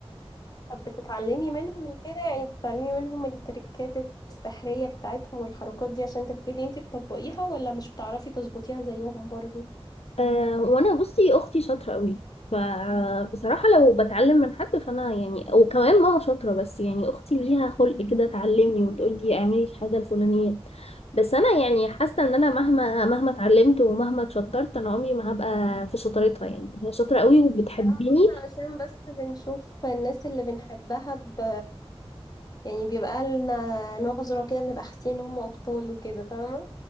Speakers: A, on the left; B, on the left.
A: طب بتتعلمي منهم وكده يعني بتتعلمي منهم التركات السحرية بتاعتهم والحركات دي عشان تبتدي انتي تطبقيها ولا مش بتعرفي تظبطيها زيهم برضو
B: أه وانا بصي اختي شاطره قوي فبصراحه لو بتعلم من حد فانا يعني وكمان ماما شاطره بس يعني اختي ليها خلق كده تعلمني وتقول لي اعملي الحاجه الفلانيه بس انا يعني حاسه ان انا مهما مهما اتعلمت ومهما اتشطرت انا عمري ما هبقى في شطارتها يعني هي شاطره قوي وبتحبني
A: انا بطلع عشان بس بنشوف الناس اللي بنحبها ب... يعني بيبقى لنا نظرة كده بنبقى حاسين ان هم ابطال وكده فاهمة